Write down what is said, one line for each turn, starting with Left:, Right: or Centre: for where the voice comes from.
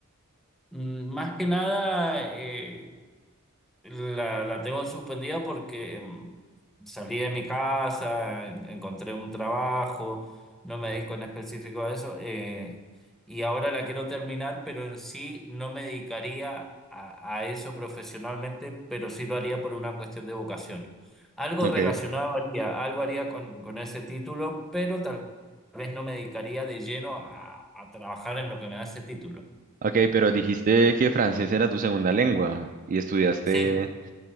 Centre: mm, más que nada, eh, la, la tengo suspendida porque em, salí de mi casa, en- encontré un trabajo, no me dedico en específico a eso, eh, y ahora la quiero terminar, pero en sí no me dedicaría a, a eso profesionalmente, pero sí lo haría por una cuestión de vocación. Algo
Right: ok,
Centre: relacionado haría, algo haría con, con ese título, pero tal vez no me dedicaría de lleno a, a trabajar en lo que me da ese título.
Right: ok, pero dijiste que francés era tu segunda lengua y estudiaste,
Centre: Sí.